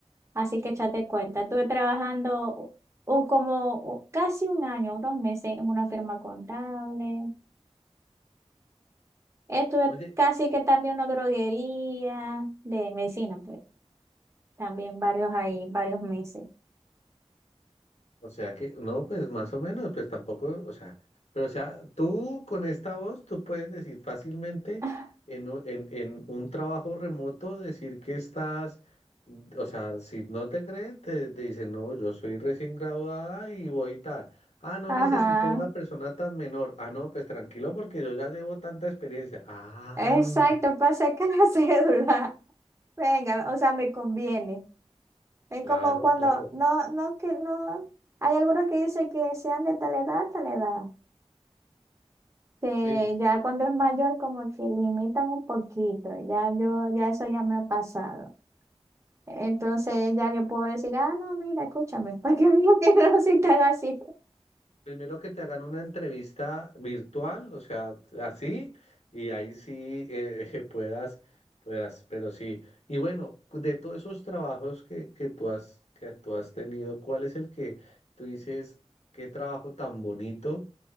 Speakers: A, on the right; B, on the left.
A: Así que échate cuenta, estuve trabajando o, o como o casi un año, unos meses en una firma contable. Estuve
B: oye,
A: casi que también en una droguería de medicina, pues también varios ahí, varios meses.
B: O sea que, no, pues más o menos, pues tampoco, o sea, pero o sea, tú con esta voz, tú puedes decir fácilmente
A: <laughs>
B: en, u- en, en un trabajo remoto, decir que estás, mm, o sea, si no te creen, te, te dicen, no, yo soy recién graduada y voy tal. Ah, no
A: Ajá,
B: necesito una persona tan menor. Ah, no, pues tranquilo porque yo ya llevo tanta experiencia. Ah,
A: exacto, para sacar la <laughs> cédula. Venga, o sea, me conviene. Es
B: claro,
A: como cuando,
B: claro,
A: no, no, que no, hay algunos que dicen que sean de tal edad, tal edad. Sí,
B: sí.
A: ya cuando es mayor como que limitan un poquito, ya yo, ya eso ya me ha pasado. Entonces ya yo puedo decir, ah, no, mira, escúchame, <laughs> para que digo que no si tal así.
B: Primero que te hagan una entrevista virtual, o sea, así, y ahí sí eh, <laughs> puedas, puedas, pero sí. Y bueno, de todos esos trabajos que, que tú has, que tú has tenido, ¿cuál es el que tú dices, qué trabajo tan bonito,